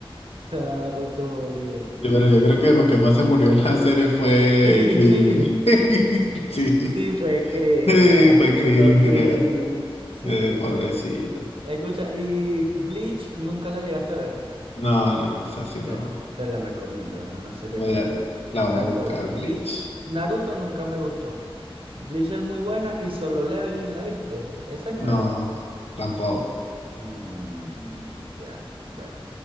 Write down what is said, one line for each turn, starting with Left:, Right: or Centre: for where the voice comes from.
Right: Cada rato moría.
Left: Yo- Pero yo creo que el que más se murió en la serie fue
Right: Krillin,
Left: Krillin.
Right: Krillin.
Left: <laughs> Sí,
Right: Sí, fue Krillin.
Left: <laughs>
Right: Así
Left: fue Krillin,
Right: todo Krillin.
Left: creas.
Right: Sí.
Left: Eh, pobrecito.
Right: Escucha, ¿y Bleach nunca la llegaste a ver?
Left: No, no, es así,
Right: Te,
Left: no.
Right: te la recomiendo, es una serie
Left: Voy
Right: muy
Left: a-
Right: buena.
Left: la voy
Right: Tanto
Left: a buscar,
Right: Bleach,
Left: Bleach.
Right: Naruto nunca me gustó. Bleach es muy buena y Solo Leveling, ¿la viste? Esa es nueva.
Left: No, no, tampoco.
Right: Mm, ya, bueno.